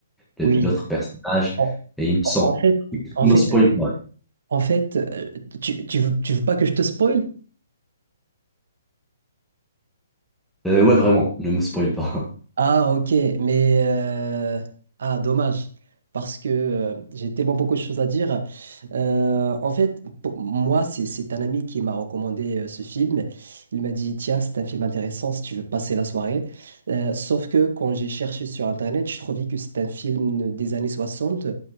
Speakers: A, in the centre; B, on the right.
A: le-
B: Oui.
A: l'autre personnage
B: En,
A: est innocent.
B: en- en fait, en
A: Ne
B: fait,
A: me spoil pas.
B: en fait, euh, tu, tu veux, tu veux pas que je te spoil?
A: Euh, ouais, vraiment, ne me spoil pas.
B: Ah, ok, mais euh, ah, dommage, parce que euh, j'ai tellement beaucoup de choses à dire. Euh, en fait, pour moi, c'est c'est un ami qui m'a recommandé euh, ce film. Il m'a dit, tiens, c'est un film intéressant si tu veux passer la soirée. Euh, sauf que quand j'ai cherché sur Internet, je trouvais que c'est un film des années 60